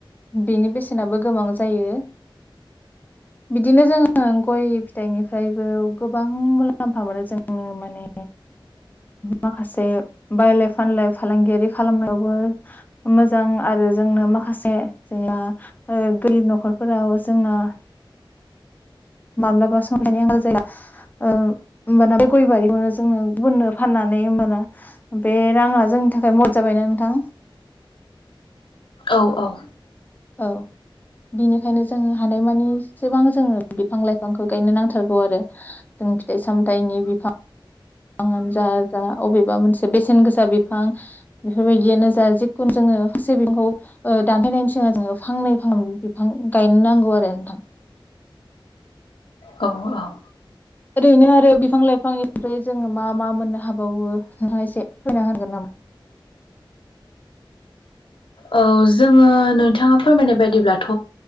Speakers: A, on the left; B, on the left.
A: बेनि बेसेनाबो गोबां जायो बिदिनो जोङो गय फिथाइनिफ्रायबो गोबां मुलाम्फा मोनो जों माने माखासे बायलाय फानलाय फालांगियारि खालामनायावबो मोजां आरो जोंनो माखासे जेनया गोरिब नखरफोराव जोंना माब्लाबा संनायनि आंखाल जाया होमबाना बे गय बारिखौनो जोंनो गुननो फाननानै होमबाना बे राङा जोंनि थाखाय मद जाबायना नोंथां
B: औ औ
A: औ बिनिखायनो जोंङो हानायमानिसेबां जोङो बिफां लाइफांखौ गायनो नांथारगौ आरो जों फिथाइ सामथ दायनि बिफां बिफाङानो जा जा अबेबा मोनसे बेसेन गोसा बिफां बेफोरबायदियानो जा जिखुनु जोङो सिबिंखौ दानहैनायनि सिगां जोङो बिफांनै फां बिफां गायनांगव आरोथा
B: औ औ
A: ओरैनो आरो बिफां लाइफांनिफ्राय जोङो मा मा मोननो हाबावो नों एसे फैना हागोन नामा?
B: ओ जोङो नोंथाङा फोरमायनाय बायदिब्लाथ'